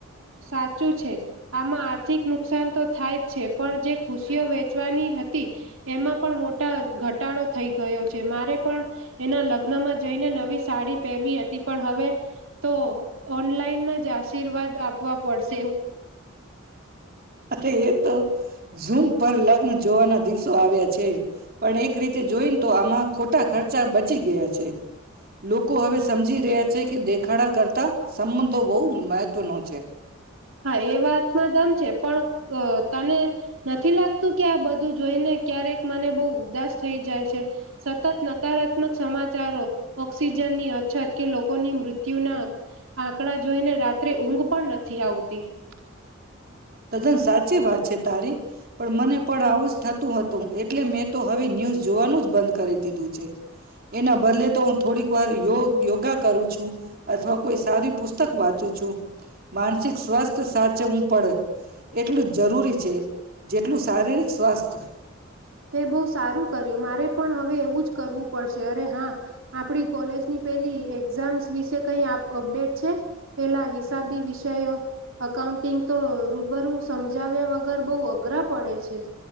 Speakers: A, on the right; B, on the right.
A: સાચું છે, આમાં આર્થિક નુકસાન તો થાયજ છે, પણ જે ખુશીઓ વેચવાની હતી એમાં પણ મોટા ઘટાડો થઈ ગયો છે. મારે પણ એના લગ્નમાં જઈને નવી સાડી પહેરવી હતી, પણ હવે તો ઓનલાઈન જ આશીર્વાદ આપ વા પડશે.
B: અરે એ તો ઝૂમ પર લગ્ન જોવાના દિવસો આવ્યા છે, પણ એક રીતે જોઈને તો આમાં ખોટા ખર્ચા બચી ગયા છે. લોકો હવે સમજી રહ્યા છે કે દેખાડા કરતા સંબંધો બોવ મેહ તો નો છેે.
A: હા, એ વાતમાં દમ છે, પણ તને નથી લાગતું કે આ બધું જોઈને ક્યારેક મને બહુ ઉદાસ થઈ જાય છે, સતત નકારાત્મક સમાચારો, ઓક્સિજનની અછત કે લોકોની મૃત્યુના આંકડા જોઈને રાત્રે ઊંઘ પણ નથી આવતી તી
B: તદ્દન સાચી વાત છે તારી, પણ મને પણ આવુંજ થતું હતું એટલે મેં તો હવે ન્યૂઝ જોવાનું જ બંધ કરી દીધું છે. એના બદલે તો થોડીક વાર યો યોગા કરું છું અથવા કોઈ સારી પુસ્તક વાંચું છું, માનસિક સ્વાસ્થ સાચ હું પડે એટલું જ જરૂરી છે, જેટલું શારીરિક સ્વાસ્થ્ય.
A: તે બહુ સારું કર્યું, મારે પણ હવે એવું જ કરવું પડશે. અરે હા આપડી કોલેજની પેલી એક્ઝામ્સ વિશે કઈ અપડેટ છે, પેલા હિસાબી વિષયો અઉન્ટિંગ તો રૂબરૂ સમજાવ્યા વગર બહુ અઘરા પડે છે.